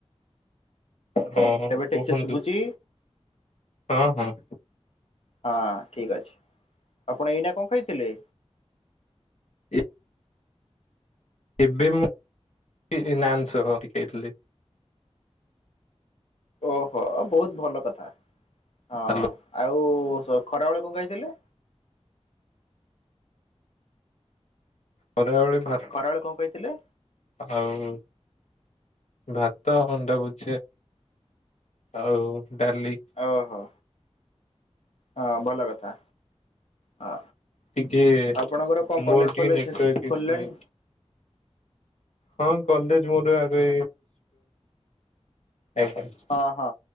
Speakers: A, on the left; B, on the left.
A: ହଁ ହଁ
B: ଏବେ
A: କୁହନ୍ତୁ
B: ଠିକସେ ଶୁଭୁଛିି?
A: ହଁ ହଁ।
B: ହଁ ଠିକ୍ ଅଛି ଆପଣ ଏଇନା କଣ ଖାଇଥିଲେ?
A: ଏ ଏବେ ମୁଁ <inaudible> ନାଁ ନ୍ ସହ ଟିକେ ଥିଲି
B: ଓହୋ ବହୁତ ଭଲ କଥା ହଁ
A: ହାଲୋ
B: ଆଉ ଖରାବେଳେ କଣ ଖାଇଥିଲେ?
A: ଖରା ବେଳେ ଭା
B: ଖରାବେଳେ କଣ କହିଥିଲେ?
A: ଆଉ ଭାତ ଅଣ୍ଡା ଭୁଜିଆ। ଆଉ ଡାଲି।
B: ଓହୋ ହଁ ଭଲ କଥା ହଁ
A: ଟିକେ
B: ଆପଣଙ୍କର କଣ
A: ମୋର
B: କଲେଜ
A: ଟିକେ
B: ଫଲେଜ
A: ନେଟୱାର୍କ
B: ଖୋଲିଲେଣି
A: ଇସୁ ହଁ କଲେଜ ମୋର ଆଗ <unintelligible>
B: ହଁ ହଁ